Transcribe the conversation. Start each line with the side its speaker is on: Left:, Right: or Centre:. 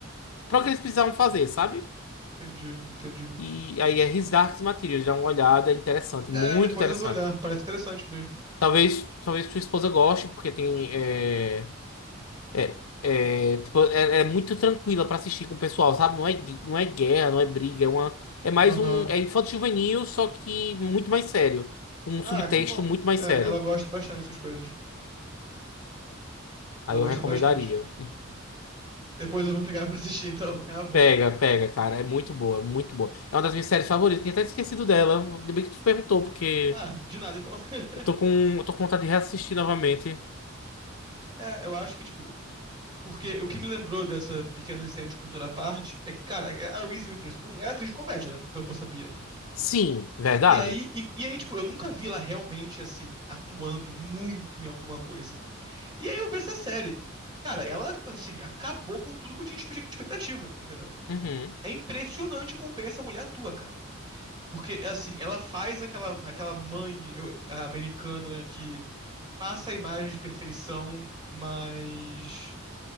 Left: pra o que eles precisavam fazer, sabe?
Right: Entendi, entendi.
Left: E aí é His Dark Materials, dá uma olhada é interessante,
Right: É,
Left: muito
Right: depois
Left: interessante.
Right: eu vou olhar. Parece interessante mesmo.
Left: Talvez, talvez sua esposa goste, porque tem, é, É, é, tipo, é, é muito tranquila pra assistir com o pessoal, sabe? Não é, gui- não é guerra, não é briga, é uma, é mais
Right: Aham.
Left: um, é infanto-juvenil, só que muito mais sério, com um
Right: Ah,
Left: subtexto
Right: que bom.
Left: muito mais
Right: É,
Left: sério.
Right: ela gosta bastante dessas coisas. Ela
Left: Aí
Right: gosta
Left: eu recomendaria.
Right: bastante. Depois eu vou pegar pra assistir, então. <laughs> É uma boa.
Left: Pega, pega, cara, é muito boa, muito boa. É uma das minhas séries favoritas, tinha até esquecido dela. Ainda bem que tu perguntou, porque
Right: Ah, de nada, então. <laughs>
Left: eu tô com, eu tô com vontade de reassistir novamente.
Right: É, eu acho que, tipo, porque o que me lembrou dessa pequena incêndio por toda parte é que, cara, a Reese Witherspoon é atriz de comédia, pelo que eu sabia, né?
Left: Sim, verdade?
Right: E aí, e, e aí, tipo, eu nunca vi ela realmente, assim, atuando muito em alguma coisa. E aí eu vi essa série. Cara, ela, assim, acabou com tudo que eu tinha expe- expectativa, entendeu?
Left: Uhum,
Right: É impressionante como bem essa mulher atua, cara. Porque, assim, ela faz aquela, aquela mãe eu- a americana que passa a imagem de perfeição, mas